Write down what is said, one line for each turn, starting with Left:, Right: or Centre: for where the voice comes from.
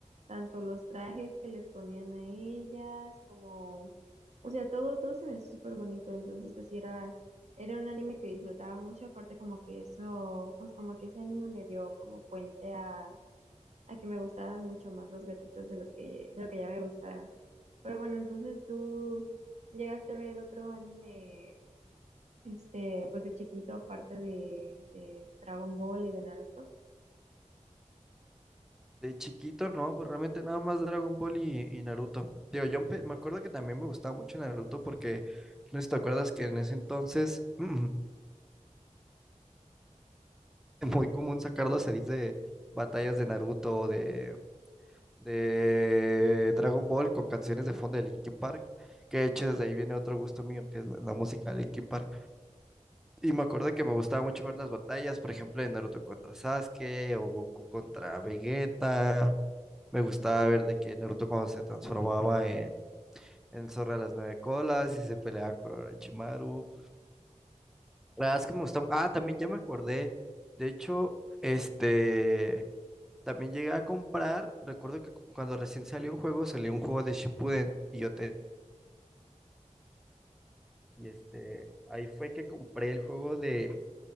Right: tanto los trajes que les ponían a ellas, como, o sea, todo, todo se me hacía súper bonito, entonces pues sí era, era un anime que disfrutaba mucho, aparte como que eso, pues como que ese anime me dio como puente a, a que me gustaban mucho más los gatitos de los que, de lo que ya me gustaban. Pero bueno, entonces tú llegaste a ver otro anime, este, pues de chiquito, aparte de, de Dragon Ball y de Naruto.
Centre: De chiquito, no, pues realmente nada más Dragon Ball y, y Naruto. Digo, yo empe- me acuerdo que también me gustaba mucho Naruto porque, no sé si te acuerdas que en ese entonces <clears throat> muy común sacar los edits de batallas de Naruto, de de Dragon Ball con canciones de fondo de Linkin Park, que de hecho desde ahí viene otro gusto mío, que es la, la música de Linkin Park. Y me acuerdo que me gustaba mucho ver las batallas, por ejemplo, de Naruto contra Sasuke o Goku contra Vegeta. Me gustaba ver de que Naruto cuando se transformaba en, en el zorro de las nueve colas y se peleaba con Orochimaru. La verdad es que me gustaba. Ah, también ya me acordé. De hecho, este... También llegué a comprar, recuerdo que cu- cuando recién salió un juego, salió un juego de Shippuden y yo te... Y este, ahí fue que compré el juego de,